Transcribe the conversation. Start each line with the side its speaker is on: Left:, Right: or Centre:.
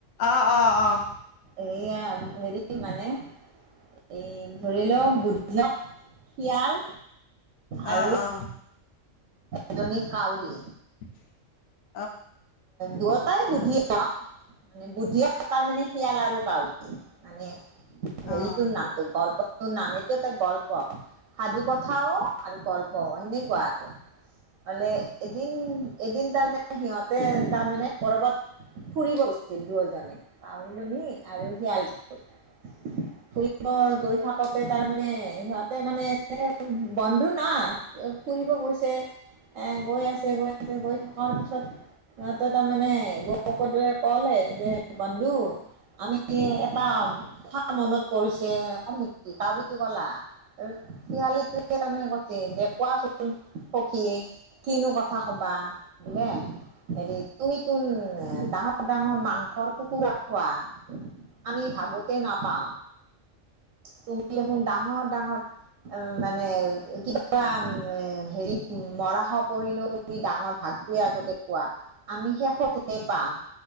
Left: অঁ অঁ অঁ
Right: এয়া হেৰি মানে এ ধৰিওক বুধিয়ক শিয়াল আৰু
Left: অঁ অঁ
Right: এজনী কউৰী
Left: <unintelligible>
Right: দুয়টাই বুদ্ধি মানে বুদ্ধি তাৰ মানে শিয়াল আৰু কাউ মানে হেৰি
Left: অঁ
Right: তোৰ নামটোৰ গল্প তোৰ নাম এইটো এটা গল্প সাধু কথাও আৰু গল্প সেনেকুৱা আৰু মানে এদিন এদিন তাৰমানে সিহঁতে তাৰমানে কৰবাত ফুৰিব গৈছিল দুয়জনে কাউৰীজনী আৰু শিয়াল ফুৰিব গৈ থাকোতে তাৰমানে সিহতে মানে বন্ধু ন ফুৰিব গৈছে এ গৈ আছে গৈ আছে গৈ থকাৰ পিছত তহতে তাৰমানে লগ বন্ধুৱে কলে যে বন্ধু আমি এটা কথা মনত পৰিছে কম কাউৰীটো কলা শহালীত আমে গছে দে <unintelligible> কোৱাচোন সখী কিনো কথা কবা বোলে হেৰি তুমিচোন ডাঙৰ ডাঙৰ মাংসৰ টুকুৰা খোৱা আমি ভাগতে নাপাম তুমি দেখোন ডাঙৰ ডাঙৰ মানে কিবাম্ হেৰি মৰা পৰিলেও তুমি <unintelligible> ডাঙৰ ভালটোৱে আগতে কোৱা, আমি শেষতে পাওঁ,